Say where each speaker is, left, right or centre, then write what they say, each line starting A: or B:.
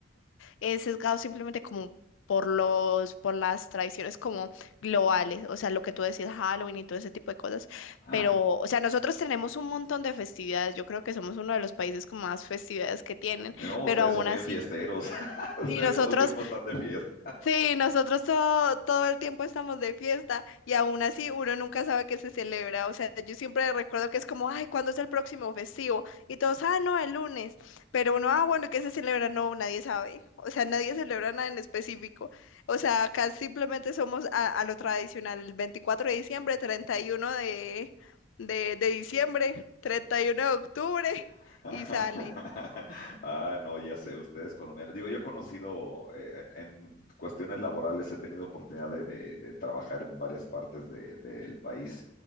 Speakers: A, on the left; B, on the left.
A: eh, sesgado simplemente como por los, por las tradiciones como globales, o sea, lo que tú decías, Halloween y todo ese tipo de cosas,
B: ¿Ah?
A: pero, o sea, nosotros tenemos un montón de festividades, yo creo que somos uno de los países con más festividades que tienen,
B: No,
A: pero
B: ustedes
A: aún
B: son bien
A: así,
B: fiesteros. <laughs> ustedes
A: sí, nosotros
B: todo el tiempo están de fiesta.
A: Sí, nosotros todo, todo el tiempo estamos de fiesta y aún así uno nunca sabe qué se celebra. O sea, yo siempre recuerdo que es como, ay, ¿cuándo es el próximo festivo? Y todos, ah, no, el lunes. Pero uno, ah, bueno, ¿y qué se celebra? No, nadie sabe. O sea, nadie celebra nada en específico. O sea, acá simplemente somos a, a lo tradicional, el 24 de diciembre, 31 de, de, de diciembre, 31 de octubre
B: <laughs>
A: <laughs>
B: <laughs>
A: y sale.
B: Ah, no, ya sé, ustedes colombianos. Digo, yo he conocido eh, en cuestiones laborales, he tenido oportunidad de, de- de trabajar en varias partes de- del país